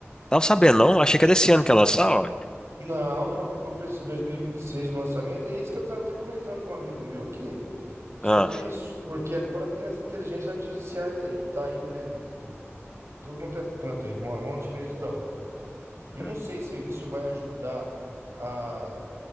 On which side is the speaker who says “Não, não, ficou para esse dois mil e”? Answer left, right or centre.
Right